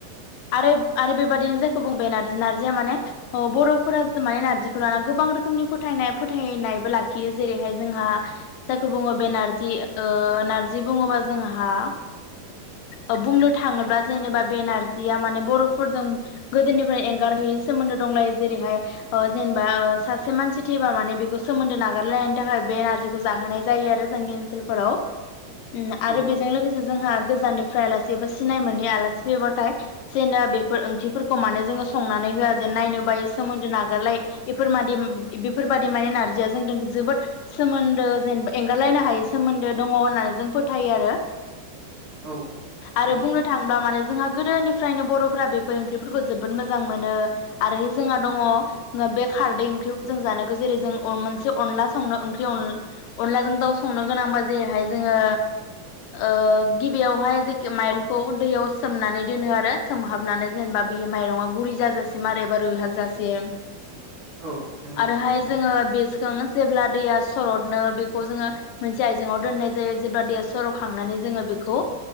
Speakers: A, on the left; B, on the right.
A: आरो आरो बेबायादिनो जायखौ बुंबाय नारजि नार्जिया माने ओ बरफोरा माया नारजि खौ लाना गोबां रोखोमनि फोथायनाय फोथ फोथाय नायबो लाखि खियो जेरैहाय जोंहा जायखौ बुङो बे नारजि ओ नारजि बुङोबा जोंहा ओ फ्लुट थाङोब्ला जेनेबा बे नार जिया माने फ्रुब फोरजों गोदोनिफ्राय एंगार हायि सोमोन्दो दंलायो जेरैहाय ओ जेनेबा सासे मानसि थैबा माने बेखौ सोमोन्दो नागारलायनायनि थाखाय बे नारजिखौ जाहोनाय जायो आरो जोंनि ओनसोलफोराव, ओम आरो
B: औ
A: बेजों लोगोसे जोंहा गोजाननिफ्राय आलासि सिनाय मोनै आलासि फैयोबाथाय जेनेबा बेफोर ओंख्रिफोरखौ माने जोङो संनानै होआ जेन नायनो बायो सोमोन्दो नागारलायो बेफोरबादि बेफोरबादि माने नारजिया जों जोबोद सोमोन्दो जेनबा एंगारलायनो हायि सोमोन्दो दङ होननानै जों फोथायो आरो
B: औ
A: आरो
B: थारैनो
A: बुंनो थाङोबा माने जों जोंहा गोदोनिफ्रायनो बरफोरा बेफोर ओंख्रिफोरखौ जोबोद मोजां मोनो आरो जोंहा दङ ओ बे खारदै ओंख्रिखौ जों जानो जेरै जों मोनसे अनला संनो ओं अनला अनलाजों दाउ संनो गोनांबा जेरैहाय जोङो ओ गिबियावहाय <unintelligible> माइरंखौ दैयाव सोमनानै दोनो आरो सोमहाबनानै जेनेबा बे माइरङा गुरै जाजासिम आरो एबा रैहाबजासिम
B: औ नंगौ
A: आरोहाय
B: नंगौ थारैनो
A: जोङो बे जोंनो जेब्ला दैया सरनो बेखौ जोङो मोनसे आयजेंआव दोननाय जायो जेब्ला दैया सर खांनानै जोङो बेखौ